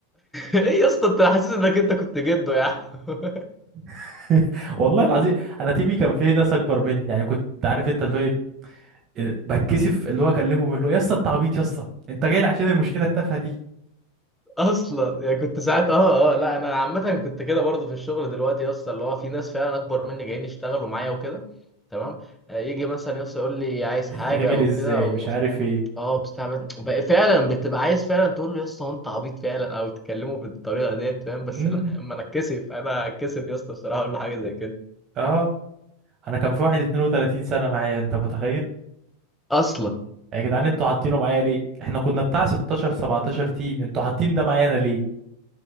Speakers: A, in the centre; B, on the right.
A: ايه يا اسطى انت حاسس انك انت كنت جده يا عم <laughs>
B: <laughs> والله العظيم انا تيمي كان فيه ناس اكبر مني يعني كنت عارف انت اللي هو ايه إيه، بتكسف اللي هو اكلمهم اللي هو يا اسطى انت عبيط يا اسطى انت جاي لي عشان المشكله التافهه دي
A: اصلا يعني كنت ساعات اه اه لا انا عامه كنت كده برضه في الشغل دلوقتي يا اسطى اللي هو في ناس فعلا اكبر مني جايين يشتغلوا معايا وكده تمام آه، يجي مثلا يا اسطى يقول لي عايز
B: بتتعمل
A: حاجه او
B: ازاي
A: كده
B: مش عارف ايه
A: اه بتستعبد بقى فعلا بتبقى عايز فعلا تقول له يا اسطى هو انت عبيط فعلا او تكلمه بالطريقه ديت فاهم بس
B: امم
A: لا اما انا اتكسف انا اتكسف يا اسطى بصراحه اقول له حاجه زي كده
B: اه انا كان في واحد 32 سنه معايا انت متخيل
A: اصلا
B: يا جدعان انتوا حاطينه معايا ليه احنا كنا بتاع 16 17 تيم انتوا حاطين ده معايا انا ليه